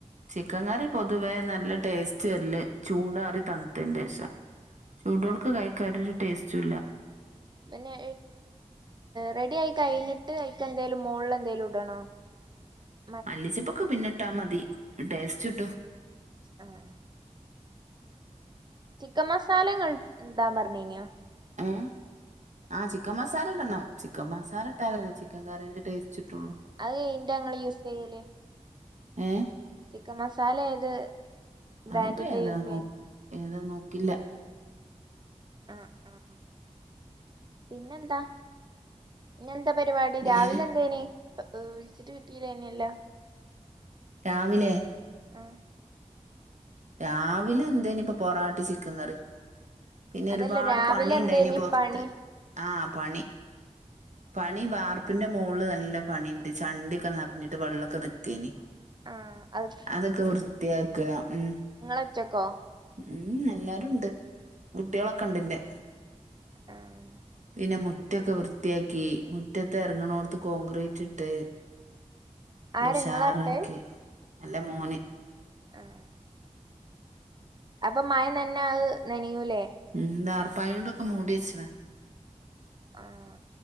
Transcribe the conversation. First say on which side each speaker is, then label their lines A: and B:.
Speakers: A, on the right; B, on the right.
A: ചിക്കൻ കറി പൊതുവേ നല്ല ടേസ്റ്റ് വല്ല ചൂട കറി തണുത്തന്റെ ശേഷം ചൂടോർക്ക്
B: ആഹ്
A: കഴിക്കാാനരു ടേസ്റ്റും ഇല്ല
B: പിന്നെ റെഡി ആയി കഴിഞ്ഞിട്ട് അയ്ക്ക് എന്തായാലും മോളിൽ എന്തായാലും ഇടണോ <inaudible>
A: മല്ലിച്ചെപ്പൊക്കെ പിന്നെ ഇട്ടാ മതി. ടേസ്റ്റ് കിട്ടും
B: ആഹ് ചിക്കൻ മസാലങ്ങൾ ടാൻ പർഞ്ഞീന്യോ?
A: ഏഹ് ആഹ് ചിക്കൻ മസാല ടനം ചിക്കൻ മസാല ഇട്ടാലല്ലേ ചിക്കൻ കറീന്റെ ടേസ്റ്റ് കിട്ടോള്ളൂ
B: അഅ് എയ്ൻ്റാങ്ങള് യൂസെയ്യല്?
A: ഏ
B: ചിക്കൻ മസാല ഏത് ബ്രാൻഡിന്റെ
A: അതിപ്പോ ഏതാ
B: യൂസ്
A: നോ
B: ചെയ്യല്
A: ഏതാ നോക്കില്ല
B: അഹ് ആഹ് പിന്നെന്താ? ഇന്യന്താ പരിപാടി, രാവിലെ
A: ഏ
B: എന്തേനെ വിൾച്ചിട്ട് കിട്ടിലേന്യല്ല
A: രാവിലെ
B: ആ
A: രാവിലെ എന്തേനിപ്പ, പൊറാട്ടിം ചിക്കൻ കറിം പിന്നെ
B: അതല്ല
A: ഒരുപാട്
B: രാവിലെ
A: പണി
B: എന്തേനി
A: ഉണ്ടായിനി പുറത്ത്
B: പണി
A: ആഹ് പണി പണി വാർ പ്പിന്റെ മോൾള് നല്ല പണിണ്ട്. ചണ്ടിയൊക്കെ നർഞ്ഞിട്ട് വെള്ളക്കെ നിക്കേനി
B: ആഹ് അത്
A: അതൊക്കെ വൃത്തിയാക്ക ഉം
B: നിങ്ങള് ഒറ്റക്കോ
A: ഉം എല്ലാരുണ്ട്. കുട്യളൊക്കെ ഇണ്ട്ന്റെ
B: ആഹ്
A: പിന്നെ മുറ്റൊക്കെ വൃത്തിയാക്കി മുറ്റത്ത് ഇറങ്ങണോർത്ത് കോൺക്രീറ്റ് ഇട്ട്
B: ആരാ
A: ല്ലുഷാറാക്കി
B: ഇങ്ങളാട്ടെ
A: അല്ല മോന്
B: ആഹ് അപ്പൊ മഴ നൻന്ന അത് നനയൂലേ?
A: ഉം ദാർപ്പായോണ്ടൊക്കെ മൂട്യച്ച്ണ്
B: ആഹ്